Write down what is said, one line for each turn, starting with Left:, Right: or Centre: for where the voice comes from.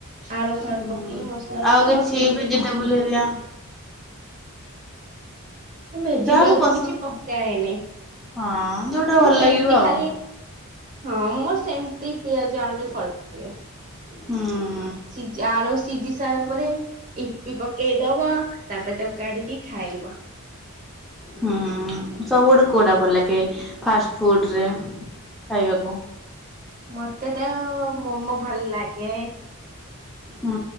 Right: ଆଳୁ ଫାଳୁ
Centre: ହୁଁ
Right: ପକେଇ ମସଲା ପକେଇବ
Centre: ଆଉ କିଛି
Right: ସେ ସିଜି
Centre: ଭେଜିଟେବୁଲ
Right: କି
Centre: ହେରିକା
Right: ଭେଜିଟାରୁ
Centre: ଯାହାକୁ ପସନ୍ଦ
Right: ମୁଁ କିଛି ପକାଏନି
Centre: ହଁ ଯୋଉଟା ଭଲ
Right: ମୁଁ ସେମିତି
Centre: ଲାଗିବ ଆଉ
Right: ଖାଲି ହଁ ମୋର ସେମିତି ପିଆଜ ଆଳୁରେ କରିଦିଏ।
Centre: ହୁଁ ହୁଁ।
Right: ସିଝା ଆଳୁ ସିଝି ସାରିଲା ପରେ ୟୁପି ପକେଇ ଦବ ତାପରେ ତାକୁ କାଢିକି ଖାଇବ।
Centre: ହୁଁ ସବୁଟୁ କୋଉଟା ଭଲ ଲାଗେ ଫାଷ୍ଟ ଫୁଡରେ ଖାଇବାକୁ?
Right: ମତେ ତ ମୋମୋ ଭଲ ଲାଗେ।
Centre: ହୁଁ